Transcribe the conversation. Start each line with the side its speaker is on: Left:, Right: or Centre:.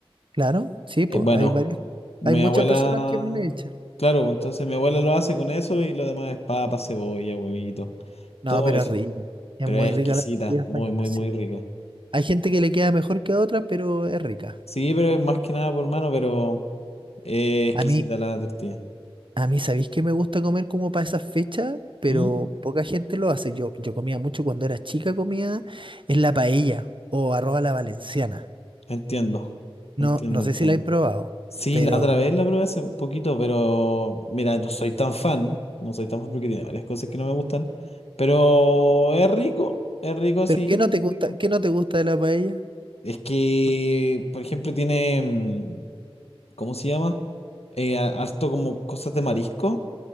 Right: Claro, sí, pues
Left: Eh, bueno.
Right: hay varias,
Left: Mi
Right: hay muchas
Left: abuela,
Right: personas que no le echan.
Left: claro, pues, entonces mi abuela lo hace con eso y lo demás es papa, cebolla, huevito,
Right: No,
Left: todo
Right: pero
Left: eso.
Right: es rica, es
Left: Pero
Right: muy
Left: es
Right: rica
Left: exquisita,
Right: la tortilla española,
Left: muy, muy,
Right: sí.
Left: muy rica.
Right: Hay gente que le queda mejor que a otras, pero es rica.
Left: Sí, pero es más que nada por mano, pero es exquisita
Right: A mí,
Left: la tortilla.
Right: A mí, ¿sabéis que me gusta comer como para esas fechas? Pero
Left: ¿Mm?
Right: poca gente lo hace. Yo, yo comía mucho cuando era chica, comía en la paella o arroz a la valenciana.
Left: Entiendo,
Right: No,
Left: entiendo,
Right: no sé
Left: entiendo.
Right: si la he probado,
Left: Sí,
Right: pero,
Left: la otra vez la probé hace un poquito, pero mira, no soy tan fan, no soy tan fan porque tiene varias cosas que no me gustan, pero es rico, es rico, sí,
Right: pero ¿qué no te gusta,
Left: es rico.
Right: qué no te gusta de la paella?
Left: Es que,
Right: ¿Por qué?
Left: por ejemplo, tiene, mm, ¿cómo se llama? Eh, a- harto como cosas de marisco.